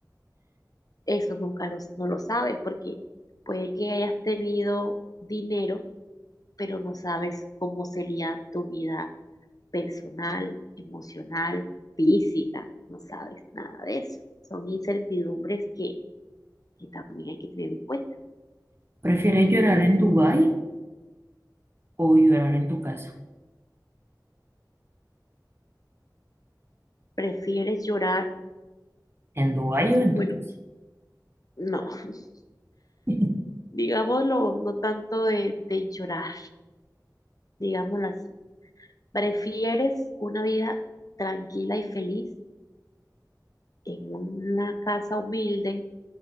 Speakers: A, on the left; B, on the right.
A: Eso nunca los, no lo sabes porque puede que hayas tenido dinero, pero no sabes cómo sería tu vida personal, emocional, física. No sabes nada de eso. Son incertidumbres que, que también hay que tener en cuenta.
B: ¿Prefieres llorar en Dubái o llorar en tu casa?
A: ¿Prefieres llorar?
B: ¿En Dubái o en
A: Bueno,
B: tu casa?
A: no. <laughs>
B: <laughs>
A: Digámoslo, no tanto de, de llorar, digámoslo así. ¿Prefieres una vida tranquila y feliz en una casa humilde,